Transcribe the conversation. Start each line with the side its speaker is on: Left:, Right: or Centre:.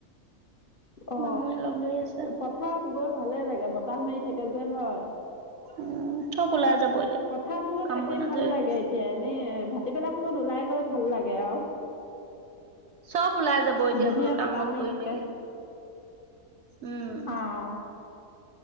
Left: অ
Right: মামুৱে লগ ধৰি আছে,
Left: পথাৰ গৈ ভালে লাগে বতাহ মাৰি থাকে যে হয়
Right: উম থব ওলাই যাব এতিয়া
Left: পথাৰত হলে
Right: কাম
Left: থাকি
Right: বন
Left: ভাল
Right: আজৰি
Left: লাগে
Right: হৈ।
Left: এতিয়া এনেই ভাটিবেলা সময়ত ওলাই গৈ ভাল লাগে আৰু
Right: চব ওলাই যাব এতিয়া
Left: ধুনীয়া
Right: বোলো কাম
Left: বতাহ
Right: বন
Left: মাৰি
Right: কৰি
Left: থাকে।
Right: মেলি উম
Left: অ'।